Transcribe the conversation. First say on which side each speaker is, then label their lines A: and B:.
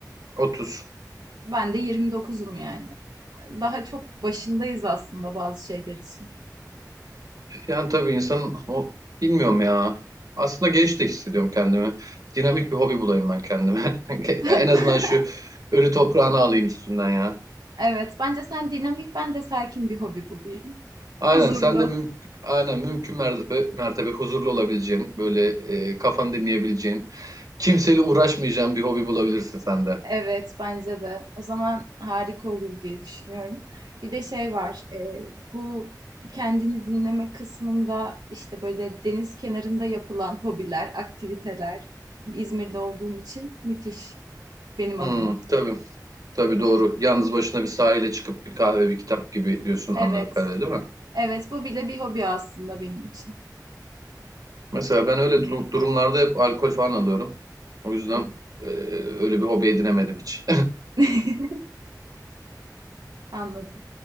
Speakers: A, on the right; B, on the right.
A: 30.
B: Ben de 29'um yani. Daha çok başındayız aslında bazı şeyler için.
A: Yani tabii insanın o bilmiyorum ya. Aslında genç de hissediyorum kendimi. Dinamik bir hobi bulayım ben kendime. <laughs>
B: <laughs>
A: En azından şu ölü toprağını alayım üstünden ya.
B: Evet, bence sen dinamik, ben de sakin bir hobi bulayım.
A: Aynen
B: Huzurlu.
A: sen de müm aynen mümkün mertebe, mertebe huzurlu olabileceğin, böyle e, kafanı dinleyebileceğin, kimseyle uğraşmayacağın bir hobi bulabilirsin sen de.
B: Evet, bence de. O zaman harika olur diye düşünüyorum. Bir de şey var, e, bu kendini dinleme kısmında işte böyle deniz kenarında yapılan hobiler, aktiviteler İzmir'de olduğum için müthiş benim adıma.
A: Hmm, tabii, tabii doğru. Yalnız başına bir sahile çıkıp bir kahve, bir kitap gibi diyorsun
B: Evet,
A: anladık kadarıyla değil mi?
B: evet bu bile bir hobi aslında benim için.
A: Mesela ben öyle durum- durumlarda hep alkol falan alıyorum. O yüzden
B: Hı hı.
A: e, öyle bir hobi edinemedim hiç.
B: <laughs> Anladım.